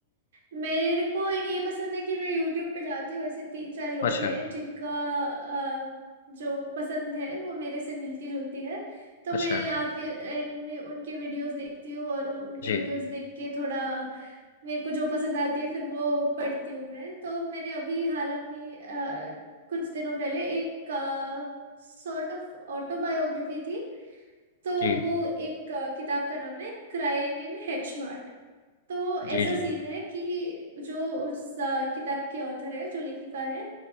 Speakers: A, on the right; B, on the left.
A: मेरे को ये पसंद है कि मैं यूट्यूब पे जाती हूँ ऐसे तीन चार लोग
B: अच्छा
A: हैं जिनका अ, जो पसंद है वो मेरे से मिलती जुलती है तो
B: अच्छा
A: मैं आके एंड में उनके वीडियोस देखती हूँ और उनके
B: जी
A: वीडियोस देख के थोड़ा मेरे को जो पसंद आती है फिर वो पढ़ती हूँ मैं तो मैंने अभी हाल में अ, कुछ दिनों पहले एक सॉर्ट ऑफ ऑटोबायोग्राफी थी तो
B: जी
A: वो एक अ, किताब का नाम है क्राइंग इन हेच मार्ट तो ऐसा
B: जी जी
A: सीन है कि जो उस अ, किताब की ऑथर है जो लेखिका है